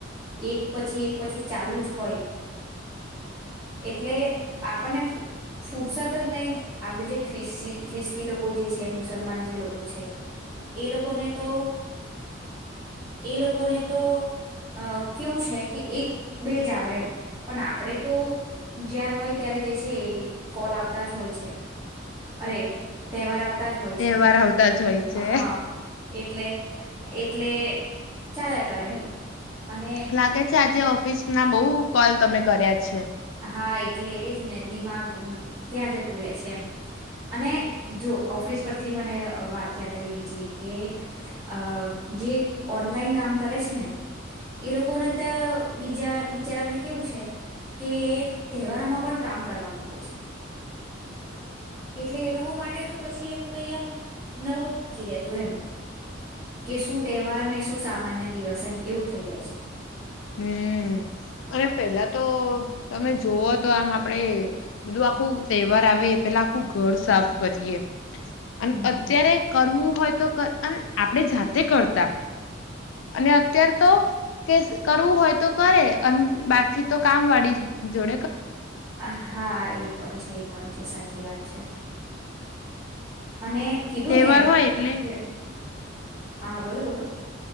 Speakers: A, on the right; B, on the left.
A: એક પછી એક પછી ચાલુ જ હોય. એટલે આપણને ફુ-ફુરસત જ નહી ને આપડે જે ખ્રિસ્ ખ્રિસ્તી લોકો જે છે મુસલમાન જે લોકો છે એ લોકોને તો એ લોકોને તોઅહ કેવું છે કે એક, બે જ આવે એમ. પણ આપડે તો જારે હોય ત્યારે જે છે કોલ આવતા જ હોય છે. અરે તહેવાર આવ તા જ હોય
B: તહેવાર
A: છે.
B: આવતા જ હોય છે
A: હા એટલે એટલે ચાલ્યા કરે એમ. અને
B: લાગે છે આજ જે ઓફિસ ના બઉ કોલ તમે કર્યા છે.
A: હા એટલે એજ ને દિમાગ ત્યાં જતું રે છે એમ. અને જો ઓફિસ પરથી મને અહ વાત યાદ આવી બીજી એક કે અહ જે ઓનલાઈન કામ કરે છે ને એ લોકોને તે બીજા બિચારાને કેવું છે કે તહેવારોમાં પણ કામ કરવાનું હોય છે. એટલે એ લોકો માટે તો પછી એમ કઈ એમ નવું નથી રતું એમ. કે શું તહેવાર ને શું સામાન્ય દિવસ એમ એવું થઇ જાય છે.
B: હમ્મ અને પેલા તો તમે જોવઓ તો આમ આપડે બધું આખું તહેવાર આવે પેલા આખું ઘર સાફ કરીએ. અને
A: હમ
B: અત્યારે કરવું હોય તો ક અન આપણે જાતે કરતા અને અત્યારે તો કેશ કરવું હોય તો કરે અન બાકી તો કામ વાળી જ જો
A: આ હા એ એ પણ છે એ પણ છે સાચી વાત છે. અને કીધું
B: તહેવાર
A: ને એમ
B: હોય એટલે
A: કે હા હા બોલો બોલો.